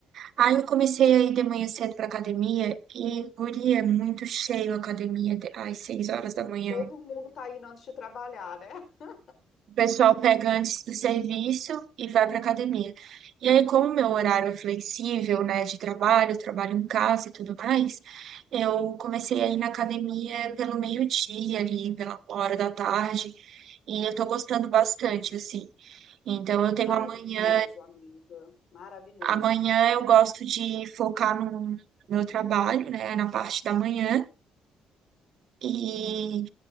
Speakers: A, on the right; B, on the left.
A: Aí eu comecei a ir de manhã cedo pra academia e, guria, é muito cheio a academia de- às seis horas da manhã.
B: Todo mundo tá indo antes de trabalhar, né? <laughs>
A: O pessoal pega antes do serviço e vai pra academia. E aí, como meu horário é flexível, né, de trabalho, eu trabalho em casa e tudo mais, eu comecei a ir na academia pelo meio-dia ali, pela hora da tarde, e eu tô gostando bastante, assim. Então, eu tenho
B: Maravilhoso,
A: amanhã,
B: amiga, maravilhoso.
A: amanhã eu gosto de focar no meu trabalho, né, na parte da manhã, E,